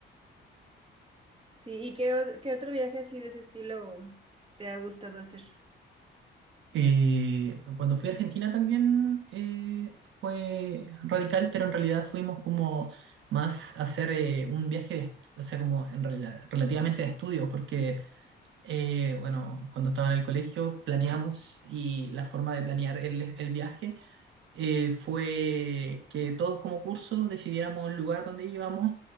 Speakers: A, on the right; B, on the right.
A: Sí, ¿y qué, o- qué otro viaje así de ese estilo te ha gustado hacer?
B: Eh, cuando fui a Argentina también eh, fue radical, pero en realidad fuimos como más a hacer eh, un viaje de estu- o sea, como en realidad relativamente de estudios, porque eh, bueno, cuando estaba en el colegio planeamos y la forma de planear el, el viaje eh, fue que todos como curso decidiéramos el lugar donde íbamos